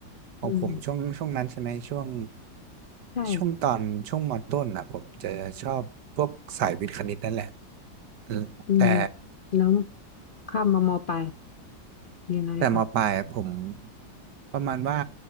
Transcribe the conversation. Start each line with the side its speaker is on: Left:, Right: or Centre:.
Right: ของผมช่วงช่วงนั้นใช่ไหมช่วง
Left: อืมใช่ค่ะ
Right: ช่วงตอนช่วงมต้นอ่ะผมจะชอบพวกสายวิทย์คณิตนั่นแหละอืมแต่
Left: อืมแล้วข้ามมามอปลายเรียนอะไรคะ
Right: แต่มปลายอะผมประมาณว่า